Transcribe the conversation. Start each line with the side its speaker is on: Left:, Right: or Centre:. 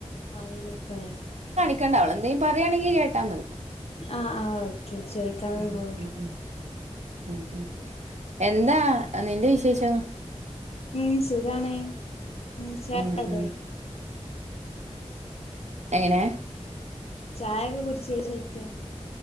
Left: ആ <unintelligible>
Right: ക്കണ്ട അവളെന്തേലും പറയാണെങ്കിൽ കേട്ടാ മതി
Left: ആ ആ ഓക്കെ ചോയ്ക്കാനൊന്നും
Right: ഉം
Left: പോവൂല
Right: ഉം ഉം ഉം ഉം എന്താ നിന്റെ വിശേഷങ്ങ
Left: ഉം സുഖാണ് മ് ചാ
Right: ഉം
Left: <unintelligible> ല്ലേ
Right: ഉം എങ്ങനെ
Left: ചായൊക്കെ കുടിച്ചോ ചോയ്ക്കാ